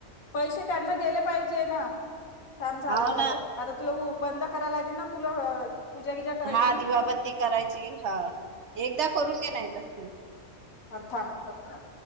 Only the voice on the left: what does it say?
पैसे त्यांना दिले पाहिजे ना <inaudible> थांब झालं
झालं
आता तुला हो बंद करायला लागेल ना तुला पूजा गिजा करायची
ना
हा हथम बरका